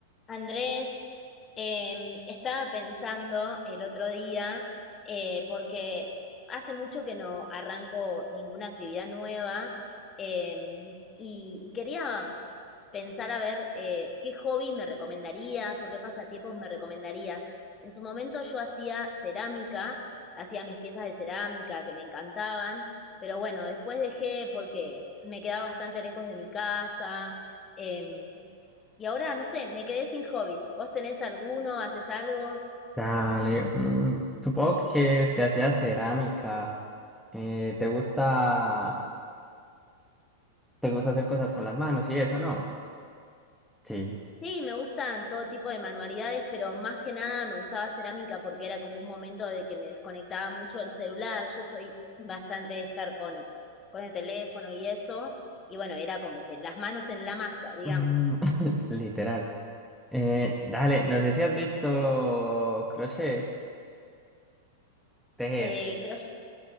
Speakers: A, on the left; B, in the centre.
A: Andrés, eh, estaba pensando el otro día, eh, porque hace mucho que no arranco ninguna actividad nueva, eh, y, y quería pensar a ver eh, qué hobby me recomendarías o qué pasatiempos me recomendarías. En su momento yo hacía cerámica, hacía mis piezas de cerámica que me encantaban, pero bueno, después dejé porque me quedaba bastante lejos de mi casa. em, y ahora, no sé, me quedé sin hobbies. ¿Vos tenés alguno? ¿Haces algo?
B: Dale, mm, supongo que si hacías cerámica, eh, te gusta, te gusta hacer cosas con las manos y eso, ¿no? Sí,
A: Sí, me gustan todo tipo de manualidades, pero más que nada me gustaba cerámica porque era como un momento de que me desconectaba mucho del celular. Yo soy bastante de estar con, con el teléfono y eso. Y bueno, era como que las manos en la masa, digamos.
B: Mm, <laughs> literal. Eh, dale, no sé si has visto crochet, tejer.
A: Eh, crochet,